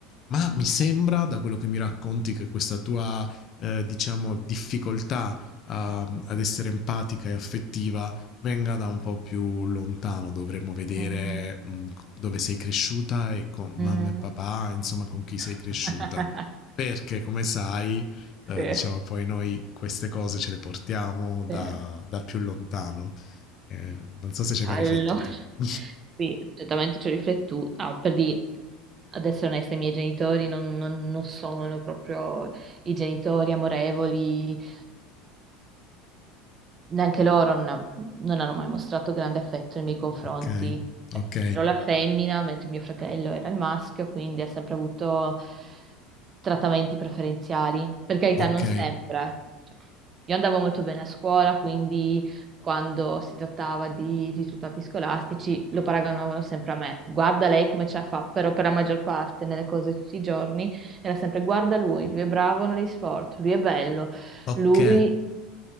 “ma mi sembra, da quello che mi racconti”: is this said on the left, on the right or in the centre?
Left